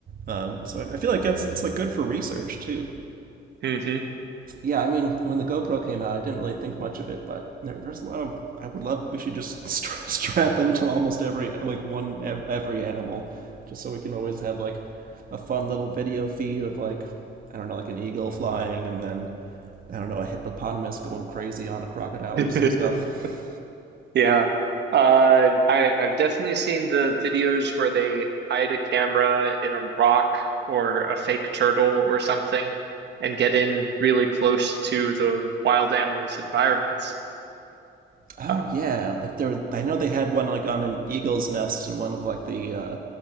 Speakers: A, on the right; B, on the right.
A: Um, so I, I feel like it's it's like good for research too
B: <laughs> hmm
A: yeah, I mean, when the GoPro came out, I didn't really think much of it, but there, there's a lot of. I would love. We should just <laughs> stra- strap them to almost every like one ev- every animal, just so we can always have like a fun little video feed of like I don't know, like an eagle flying, and then I don't know, a hippopotamus going crazy on a crocodile
B: <laughs>
A: or some stuff.
B: Yeah. Uh, I, I've definitely seen the videos where they hide a camera in a rock or a fake turtle or something and get in really close to the wild animals' environments.
A: Oh
B: Uh,
A: yeah, like there. I know they had one like on an eagle's nest in one of like the uh,